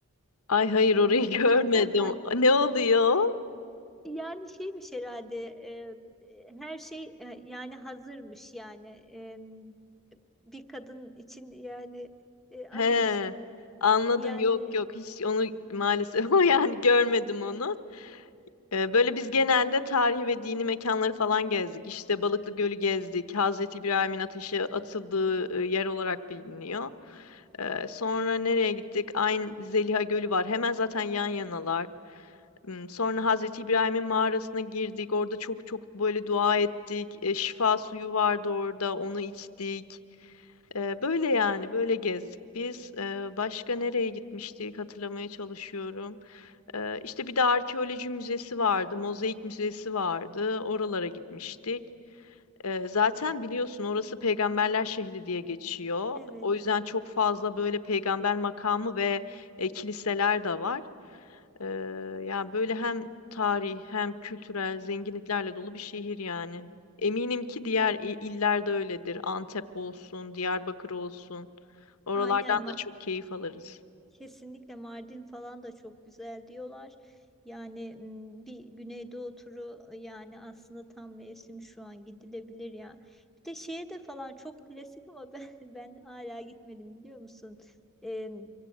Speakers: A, on the left; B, in the centre.
A: Ay hayır orayı <laughs> görmedim.
B: <laughs>
A: Ne oluyor?
B: Yani şeymiş herhalde e, e, her şey e, yani hazırmış yani E, bir kadın için yani e, adı
A: He.
B: üstü
A: Anladım.
B: yani
A: Yok yok. Hiç onu maalesef <laughs> yani görmedim onu. Ee, Böyle biz genelde tarihi ve dini mekanları falan gezdik. İşte Balıklı Gölü gezdik. Hazreti İbrahim'in ateşe atıldığı e, yer olarak biliniyor. Ee, Sonra nereye gittik? Ayn Zeliha Gölü var. Hemen zaten yan yanalar. Hmm, Sonra Hazreti İbrahim'in mağarasına girdik. Orada çok çok böyle dua ettik. E, şifa suyu vardı orada. Onu içtik. E, böyle yani böyle gezdik biz. E, başka nereye gitmiştik hatırlamaya çalışıyorum. E, işte bir de arkeoloji müzesi vardı. Mozaik müzesi vardı. Oralara gitmiştik. Ee, zaten biliyorsun orası peygamberler şehri diye geçiyor.
B: Evet,
A: O yüzden çok fazla böyle peygamber makamı ve e, kiliseler de var. Ee, ya böyle hem tarih hem kültürel zenginliklerle dolu bir şehir yani. Eminim ki diğer i- iller de öyledir. Antep olsun, Diyarbakır olsun. Oralardan
B: aynen Ma-
A: da çok keyif alırız.
B: kesinlikle Mardin falan da çok güzel diyorlar. Yani m, bir Güneydoğu turu ıı, yani aslında tam mevsim şu an gidilebilir ya. Bir de şeye de falan çok klasik ama ben <laughs> ben hala gitmedim biliyor musun? Ee,